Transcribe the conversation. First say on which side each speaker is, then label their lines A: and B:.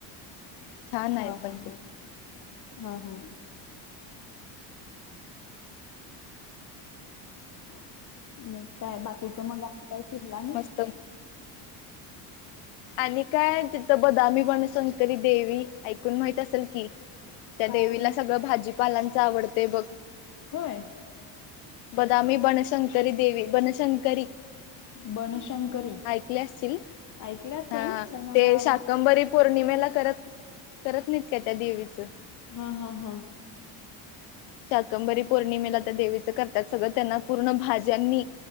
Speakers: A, on the left; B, on the left.
A: छान
B: हा
A: आहे पण
B: हा, ह्म
A: ते
B: ह्म. मग काय, बाकीच <unintelligible> फिरला नही.
A: त आणि काय, तिथं बदामी पण संयकली देवी, ऐकून माहित असेल की, ''त्या
B: काय
A: देवीला सगळं भाजीपालांच आवडते बघ. ''
B: होय...
A: बदामी बनशंकरी देवी, बनशंकरी-
B: बनशंकरी,
A: ऐकले असतील
B: ऐकले असल
A: हा
B: पण आता,
A: ते शाकंबरी पौर्णिमेला करत, करत नाहीत का त्या देवीचं,
B: हा हा हा
A: शाकंबरी पौर्णिमेला त्या देवीचं करतात, सगळं त्यांना पूर्ण भाज्यांनी-